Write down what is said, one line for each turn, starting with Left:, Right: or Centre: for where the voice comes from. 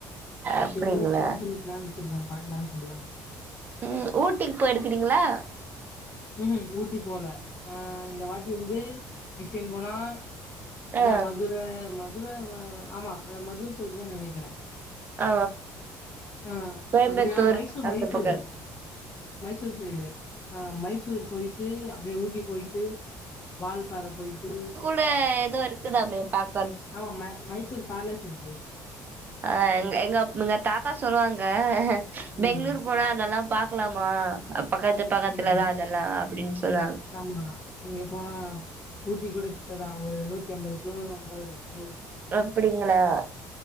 Right: அப்டிங்களா
Left: திரும்பவும் போலான்னு சொல்லி பிளான் வச்சிருக்கோ பாக்கலானு சொல்லிதா
Right: ம் ஊட்டிக்கி போய்ருக்கிறீங்களா
Left: ம்ஹும் ஊட்டி போல ஆ இந்த வாட்டி வந்து நெக்ஸ்ட் டைம் போனா அதா
Right: ஆ
Left: மதுர மதுர ஆமா அந்த மதுர சைடு தா நெனைக்கிறே
Right: ஆ
Left: ஆ
Right: கோயம்புத்தூர்
Left: அப்பிடியா மைசூர்
Right: அந்த
Left: மைசூரு
Right: பக்க
Left: மைசூர் சைடு ஆ மைசூ போயிட்டு அப்டியே ஊட்டி போயிட்டு வால்பாற போயிட்டு
Right: இப்ப எதோ இருக்குதாமே பாக்
Left: ஆமா மே மைசூர் பேலஸ் இருக்கு
Right: அ எங்க எங்க தாத்தா சொல்லுவாங்க
Left: ம்.
Right: பெங்களூர் போனா அதெல்லாம் பாக்கலாமா பக்கத்து பக்கத்துலதா
Left: ம்.
Right: அதெல்லா அப்டின் சொல்லுவாங்க
Left: ஆமா அங்கே போனா ஊட்டி கூட கிட்டதா ஒரு நூத்தி அம்பது கிலோமீட்டர் அந்த மாதிரி ஆமா
Right: அப்படிங்களா